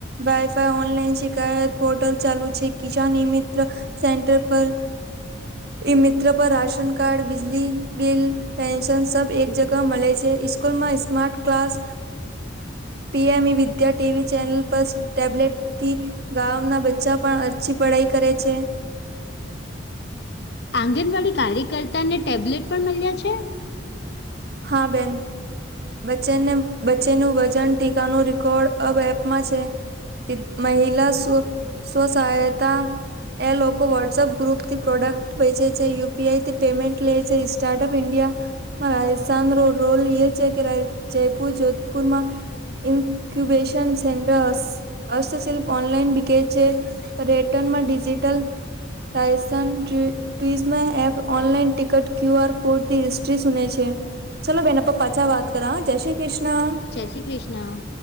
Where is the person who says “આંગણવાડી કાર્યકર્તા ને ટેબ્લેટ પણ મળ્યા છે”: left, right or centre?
Left